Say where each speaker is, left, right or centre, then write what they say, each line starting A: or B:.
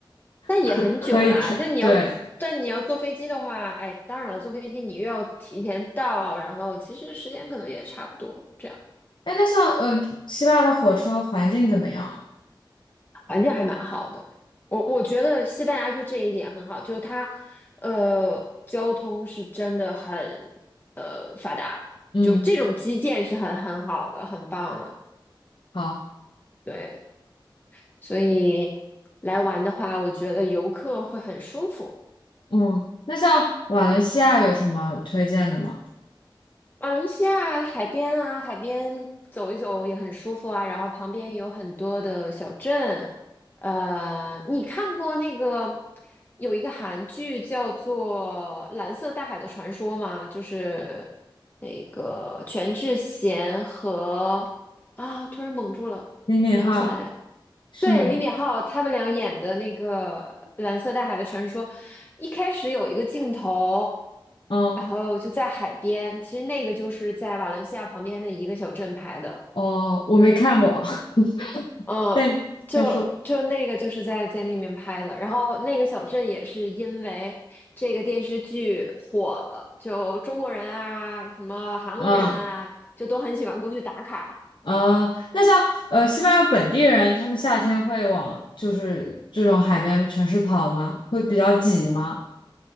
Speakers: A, on the left; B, on the left.
A: 但也很久啦。
B: 可可以去。
A: 那你要，
B: 对，
A: 但你要坐飞机的话，哎，当然了，坐飞机你又要提前到，然后其实时间可能也差不多，这样
B: 哎，那像呃，希腊的火车环境怎么样啊？
A: 环境还蛮好的。我我觉得西班牙就这一点很好，就它，呃，交通是真的很呃发达，
B: 嗯，
A: 就这种基建是很很好的，很棒的。
B: 好，
A: 对，所以来玩的话，我觉得游客会很舒服。
B: 嗯，那像瓦伦西亚有什么推荐的吗？
A: 嗯，马来西亚海边啊，海边走一走也很舒服啊。然后旁边有很多的小镇。呃，你看过那个有一个韩剧叫做《蓝色大海的传说》吗？就是那个全智贤和啊，突然蒙住了，
B: 李敏镐
A: 想不起来。
B: 是那种，
A: 对，李敏镐他们俩演的那个《蓝色大海的传说》，一开始有一个镜头，
B: 嗯，
A: 然后就在海边，其实那个就是在瓦伦西亚旁边的一个小镇拍的，
B: 哦，我没看过，<laughs>
A: 嗯，
B: 但但是，
A: 就就那个就是在在那边拍的，然后那个小镇也是因为这个电视剧火了，就中国人啊，什么韩国人啊，
B: 嗯。
A: 就都很喜欢过去打卡。
B: 呃，那像呃西班牙本地人，他们夏天会往就是这种海边城市跑吗？会比较挤吗？